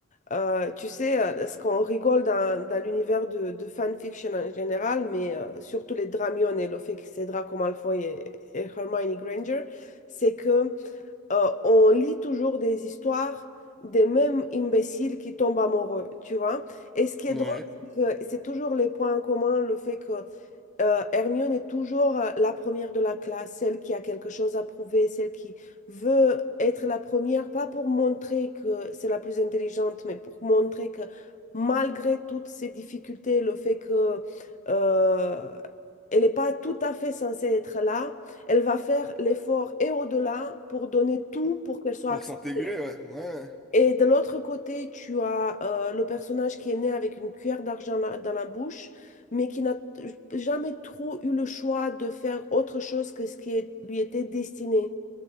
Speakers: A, on the left; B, in the centre.
A: euh, tu sais, euh, ce qu'on rigole dans, dans l'univers de, de fanfiction en général, mais euh, surtout les Dramion et le fait que c'est Draco Malfoy et, et Hermione Granger, c'est que euh, on lit toujours des histoires des mêmes imbéciles qui tombent amoureux, tu vois. Et ce qui est
B: Ouais.
A: drôle, c'est que c'est toujours les points communs, le fait que euh, Hermione est toujours euh, la première de la classe, celle qui a quelque chose à prouver, celle qui veut être la première, pas pour montrer que c'est la plus intelligente, mais pour montrer que malgré toutes ces difficultés, le fait que euh, elle n'est pas tout à fait censée être là, elle va faire l'effort et au-delà pour donner tout pour qu'elle soit
B: Pour
A: acceptée.
B: s'intégrer, ouais. Ouais.
A: Et de l'autre côté, tu as euh, le personnage qui est né avec une cuillère d'argent la- dans la bouche, mais qui n'a jamais trop eu le choix de faire autre chose que ce qui est- lui était destiné.